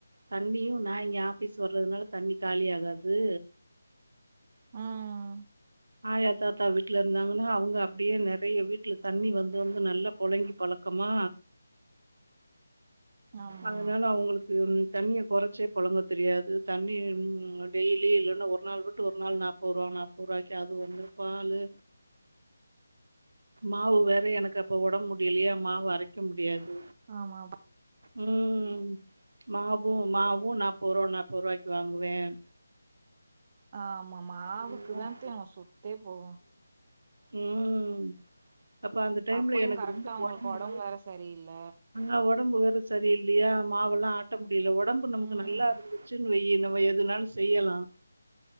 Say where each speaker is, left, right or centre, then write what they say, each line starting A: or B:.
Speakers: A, on the right (about 65°); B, on the right (about 35°).
A: தண்ணியும் நான் இங்க ஆபீஸ் வர்றதுனால தண்ணி காலி ஆகாது
B: ஆஹ்
A: ஆயா தாத்தா வீட்ல இருந்தாங்கன்னா அவுங்க அப்டியே நெறைய வீட்ல தண்ணி வந்து வந்து நல்லா புழங்கி பழக்கமா
B: ஆமா
A: அதனால அவுங்களுக்கு தண்ணியை குறைச்சே புழங்க தெரியாது தண்ணி டெய்லி இல்லைன்னா ஒரு நாள் வி ஒரு நாள் நாப்பருவா நாப் ப <unintelligible> அது ஒண்ணு பாலு மாவு வேற எனக்கு அப்ப உடம்பு முடியலையா மாவு அரைக்க முடியாது
B: ஆமா
A: உம் மாவும் மாவும் நாப்பருவா நாப்பரூபாய்க்கு வாங்குவேன்
B: ஆ ஆமா மாவுக்கு
A: ஓ! ம்.
B: தான்தெ நாம் சொத்தே போவும்
A: உம் அப்ப அந்த டைம்ல
B: அப்பயு
A: எனக்கு
B: கரெக்டா
A: ரொம்ப
B: அவங்களுக்கு
A: உடம்பு
B: ஒடம்பு வேற சரியில்ல
A: உ உடம்பு வேற சரியில்லையா மாவெல்லாம் ஆட்ட முடி யில உடம்பு நமக்கு
B: ம்
A: நல்லா இருந்துச்சு வை என்னவோ எதுனாலும் செய்யலாம்